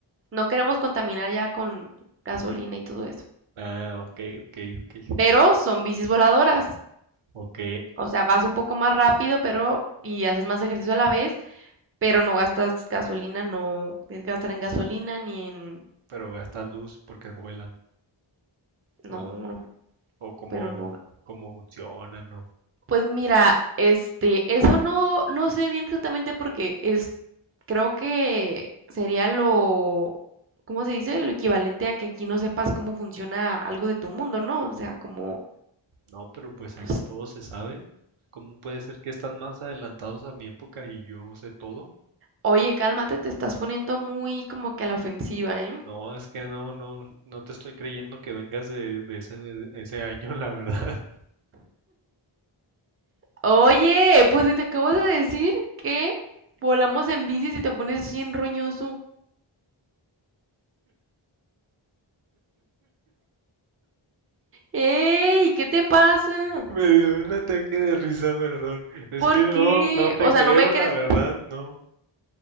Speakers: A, on the right (about 30°); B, on the right (about 80°).
A: no queremos contaminar ya con gasolina y todo eso,
B: Ah, ok, ok, ok.
A: pero son bicis voladoras.
B: Ok,
A: O sea, vas un poco más rápido, pero y haces más ejercicio a la vez, pero no gastas gasolina, no tienes que gastar en gasolina ni en...
B: pero gastan luz porque vuelan.
A: No,
B: O son,
A: no,
B: o cómo,
A: pero no
B: cómo funcionan, o.
A: Pues mira, este, eso no, no sé bien exactamente porque es, creo que sería lo, ¿cómo se dice? Lo equivalente a que aquí no sepas cómo funciona algo de tu mundo, ¿no? O sea, como,
B: No, pero pues
A: pues,
B: aquí todo se sabe. ¿Cómo puede ser que están más adelantados a mi época y yo sé todo?
A: oye, cálmate, te estás poniendo muy como que a la ofensiva, ¿eh?
B: No, es que no, no, no te estoy creyendo que vengas de, de ese, de ese año, la verdad. <laughs>
A: Oye, pues si te acabo de decir que volamos en bici y te pones así en roñoso. ¡Ey! ¿Qué te pasa?
B: Me dio un ataque de risa, perdón. Es
A: ¿Por
B: que no,
A: qué?
B: no te
A: O sea,
B: creo,
A: no me crees.
B: la verdad, no.